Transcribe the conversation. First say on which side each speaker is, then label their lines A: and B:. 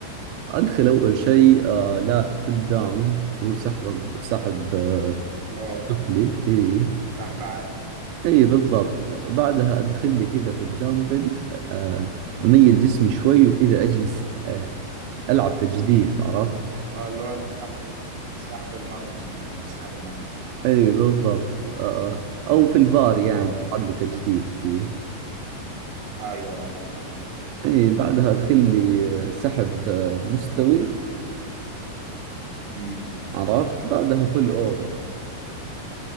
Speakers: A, on the right; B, on the right.
A: أدخل أول شيء آه لات بيل داون اللي هو سحب سحب آه
B: اه
A: سفلي إي
B: سحب عالي
A: إي بالضبط بعدها
B: مم.
A: أدخل لي كذا في الدمبل آه أميل جسمي شوي وكذا أجلس آه ألعب تجديف عرفت
B: اه اللي هو السحب السحب الماجنوس ايوه زي سحب الماجنوس
A: إي بالضبط آه أو في البار يعني
B: اه
A: ألعب لي تجديف فيه
B: ايوه ايوه فاهم
A: إي بعدها أدخل لي آه، سحب آه مستوي
B: امم
A: عرفت بعدها بول أوفر